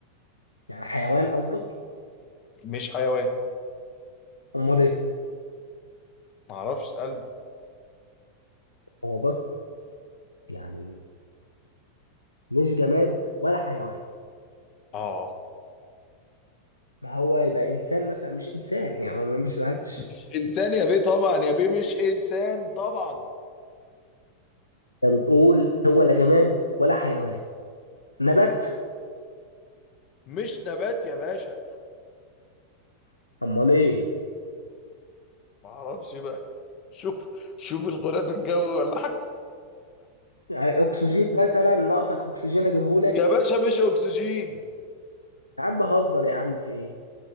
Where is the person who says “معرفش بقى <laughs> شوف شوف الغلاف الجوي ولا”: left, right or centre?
Left